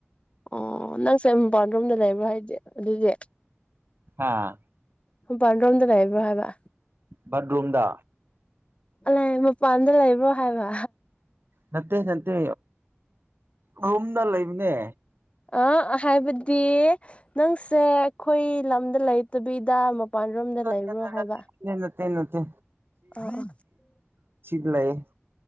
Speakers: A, on the left; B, on the right.
A: ꯑꯣ ꯅꯪꯁꯦ ꯃꯄꯜ ꯔꯣꯝꯗ ꯂꯩꯕ꯭ꯔꯣ ꯍꯥꯏꯁꯦ ꯑꯗꯨꯗꯤ
B: ꯑꯥ
A: ꯃꯄꯥꯟ ꯔꯣꯝꯗ ꯂꯩꯕ꯭ꯔꯣ ꯍꯥꯏꯕ
B: ꯕꯠꯔꯨꯝꯗ
A: ꯑꯣ ꯂ ꯃ ꯄꯥꯟꯗ ꯂꯕ꯭ꯔꯣ ꯍꯥꯏꯕ
B: ꯅꯠꯇꯦ ꯅꯠꯇꯦ ꯔꯨꯝꯗ ꯂꯩꯕꯅꯦ
A: ꯑ ꯍꯥꯏꯕꯗꯤ ꯅꯪꯁꯦ ꯑꯩꯈꯣꯏ ꯂꯝꯗ ꯂꯩꯇꯕꯤ ꯗꯥ ꯃꯄꯥꯟ ꯔꯣꯝꯗ
B: ꯅꯠꯇꯦ
A: ꯂꯩꯕ꯭ꯔꯣ ꯍꯥꯏꯕ
B: ꯅꯠꯇꯦ ꯅꯠꯇꯦ ꯅꯠꯇꯦ
A: ꯑꯣ ꯑꯣ
B: ꯂꯩꯇꯦ